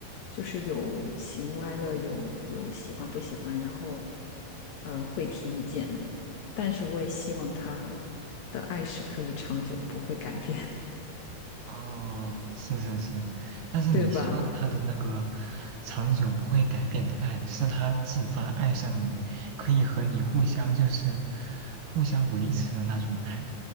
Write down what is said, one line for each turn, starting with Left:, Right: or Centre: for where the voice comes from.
Left: 就是有喜怒哀乐，有有喜欢不喜欢，然后呃会提意见，但是我也希望他的爱是可以长久，不会改变，
Right: 哦，是是是，但是你希望他的那个
Left: <laughs> 对吧？
Right: 长久不会改变的爱，是他自发爱上你，可以和你互相就是互相维持的那种爱。